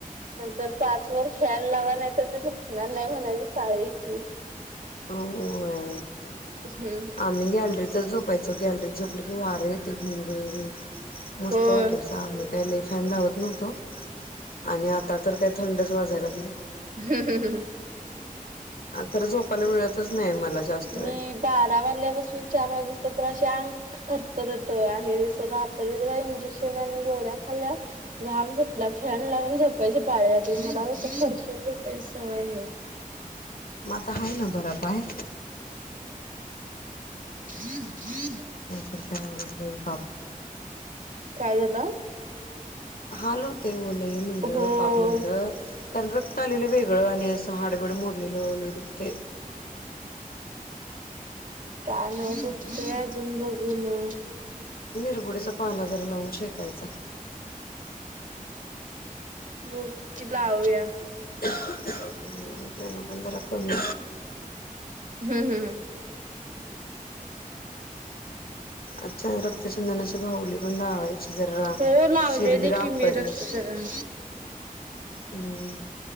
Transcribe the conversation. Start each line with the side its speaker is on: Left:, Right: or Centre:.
Right: तर पाच वर फॅन लावा नाही म झपणार नाही म्हणायची पाळी येती
Left: होय
Right: हम्म
Left: आम्ही गॅलरी तच झोप झोपायचो गॅलरी झोपलो की वार येतोय घुई घुई घई मस्त
Right: होय.
Left: वाटायचं आम्ही काय फॅन लावत नव्हतो आणि आता तर काय थंडच वाजायला लागले.
Right: हम्म हम्म हम
Left: अ खरं झोपायला मिळतच नाही मला. जास्त वेळ
Right: मी बारा वाजल्यापासून चार वाजे अंग थरथरत आणि रात्री ज इंजेक्शन आणि गोळ्या घाम सुटला फॅन लावून झोपाय पाळी आली मला कशी फरशीवर झोपायची सवय हाय
Left: मता आहे ना बरा पाय
Right: हम्म हम्म
Left: तर काय बाई उगाच पापा
Right: काय झालं
Left: हाल होत बलई म्हणलं
Right: होय
Left: पाप म्हणलं कारण रक्त आलेलं वेगळं आणि असं हाडबिड मोडलेल ल लई दुखतंय
Right: कान दुकतय अजून बघू मग
Left: निरगुडीचा पाला जरा लावून शेकायचा
Right: वो कि लाऊ या
Left: अ त्यांना पण जरा कमी
Right: हम्म हम्म हम
Left: अच्छा रक्तचंदनाची भाऊली पण लावा जरा
Right: हो लावलेली
Left: शीर बीर
Right: की मी
Left: काढली.
Right: रक्तचरण.
Left: हम्म